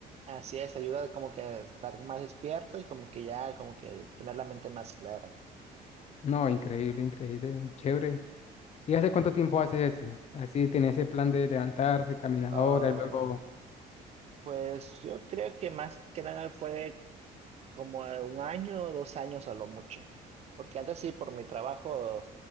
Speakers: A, on the right; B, on the left.
A: Así es, ayuda como que a estar más despierto y como que ya, como que tener la mente más clara.
B: No, increíble, increíble, chévere. ¿Y hace cuánto tiempo
A: Mm.
B: haces eso? Así tenés ese plan de levantarse, caminadora
A: Ah,
B: y luego...
A: pues yo creo que más que nada fue como un año o dos años a lo mucho, porque antes sí, por mi trabajo